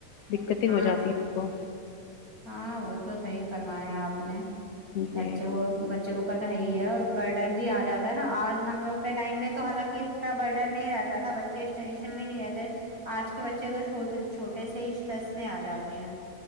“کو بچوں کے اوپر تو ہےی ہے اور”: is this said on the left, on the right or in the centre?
Right